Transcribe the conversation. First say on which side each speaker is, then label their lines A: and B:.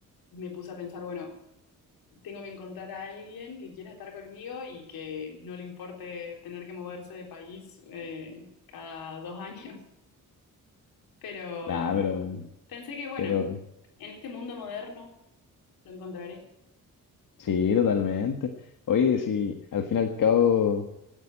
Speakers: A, on the left; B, on the left.
A: me puse a pensar, bueno, tengo que encontrar a alguien que quiera estar conmigo y que no le importe tener que moverse de país eh, cada dos <laughs> años. Pero
B: Nah,
A: mm,
B: pero,
A: pensé que, bueno,
B: pero
A: en este mundo moderno lo encontraré.
B: sí, totalmente. Oye, si al fin y al cabo,